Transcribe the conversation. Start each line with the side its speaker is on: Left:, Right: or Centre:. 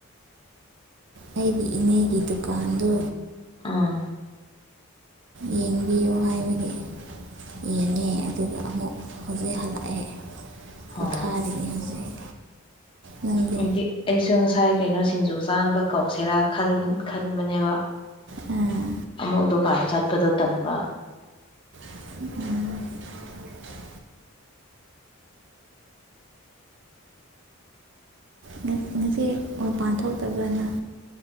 Right: ꯑꯩꯒꯤ ꯏꯅꯦꯒꯤ ꯗꯨꯀꯥꯟꯗ
Left: ꯑꯥ
Right: ꯌꯦꯡꯕꯤꯌꯨ ꯍꯥꯏꯕꯒꯤ ꯌꯦꯡꯉꯦ ꯑꯗꯨꯒ ꯑꯃꯨꯛ ꯍꯧꯖꯤꯛ ꯍꯜꯂꯛꯑꯦ
Left: ꯍꯣ
Right: ꯄꯣꯊꯥꯔꯤꯅꯤ ꯍꯧꯖꯤꯛ ꯅꯪꯗꯤ
Left: ꯍꯥꯏꯗꯤ ꯑꯩꯁꯨ ꯉꯁꯥꯏ ꯀꯩꯅꯣ ꯁꯤꯡꯖꯨ ꯆꯥꯅꯕ ꯀꯧꯁꯦꯔꯥ ꯈꯟꯕꯅꯦꯕ
Right: ꯎꯝ
Left: ꯑꯃꯨꯛ ꯗꯨꯀꯥꯟ ꯆꯠꯄꯗꯣ ꯇꯟꯕ
Right: ꯎꯝ ꯉꯁꯤ ꯃꯄꯥꯟ ꯊꯣꯛꯇꯕ꯭ꯔ ꯅꯪ